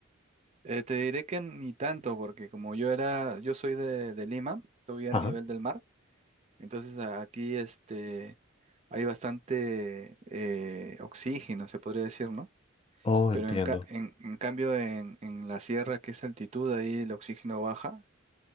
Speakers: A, on the right; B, on the left.
A: Eh, te diré que ni tanto, porque como yo era, yo soy de, de Lima, estoy a
B: Ajá.
A: nivel del mar, entonces a- aquí este, hay bastante eh, oxígeno, se podría decir, ¿no?
B: Oh,
A: Pero
B: entiendo.
A: en, ca- en, en cambio en, en la sierra, que es altitud, ahí el oxígeno baja